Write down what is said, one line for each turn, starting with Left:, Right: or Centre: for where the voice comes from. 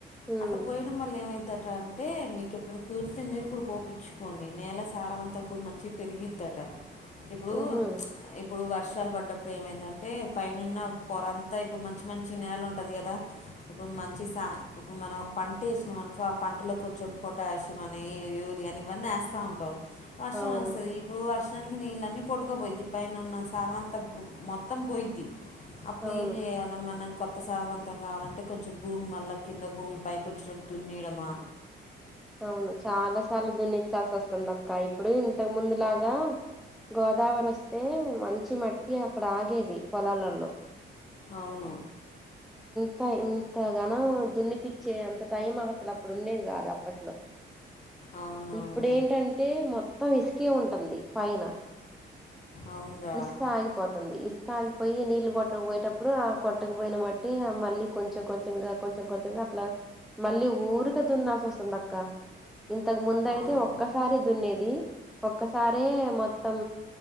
Centre: ఉమ్
Left: అట్ట పోయిడం వల్ల ఎంవుతా టన్ అంటే మీకెప్పుడు కుదిరితే మీరు కూడా పోపించుకోండి నేల సారం అంతా కూడా మంచిగా పెరిగిద్దట. ఇప్పుడు
Centre: ఉహు
Left: చ్ ఇప్పుడు వర్షాలు పడ్డప్పుడు ఏమైందంటే పైనున్న పొరంతా ఇప్పుడు మంచి మంచి నేల ఉంటుంది కదా. ఇప్పుడు మంచి సా ఇప్పుడు మనం ఒక పంట వేసినాం అనుకో ఆ పంట అంటలో కొంచెం పొటాషియం అని, యూరియా అని ఇవన్నీ వేస్తూ ఉంటాం. వర్షం
Centre: అవును
Left: వస్తది. ఇప్పుడు వర్షం మొత్తనికి నికి నీళ్ళీ కొట్టు పోయిద్ది పైన ఉన్న సార్ అంతా మొత్తం పోయిద్ది. అప్పుడెం
Centre: అవును
Left: చేయాల మనకు కొత్త సారావన్తం కావాలంటే కొంచెం భూమి మళ్ళ కింద భూమి పైకి వచ్చే దున్నయడమా
Centre: అవును చాలా సార్లు దున్నిచ్చాల్సి వస్తుంది అక్క ఇప్పుడు. ఇంతకు ముందులాగా గోదావరి వస్తే మంచి మట్టి అక్కడ ఆగేది పొలాలలో
Left: అవును
Centre: అంత ఇంతగాన దున్ని పిచ్చే అంత టైం అసలు అప్పుడు ఉండేది కాదు అప్పట్లో
Left: అవునవును
Centre: ఇప్పుడు ఏంటంటే మొత్తం ఇసుకే ఉంటది పైన
Left: అవునరా
Centre: ఇసుక ఆగిపోతుంది ఇసుక ఆగిపోయి నీ ఇలు కొట్టక పోయేటప్పుడు ఆ కొట్టక పోయిన మట్టి మళ్ళీ కొంచెం కొంచెంగా కొంచెం కొంచెంగా అట్లా మళ్ళీ ఊరికే దున్నాల్సి వస్త వస్తుంది అక్క ఇంతకు ముందు అయితే
Left: అవును
Centre: ఒక్కసారి దున్నేది ఒక్క సారే మొత్తం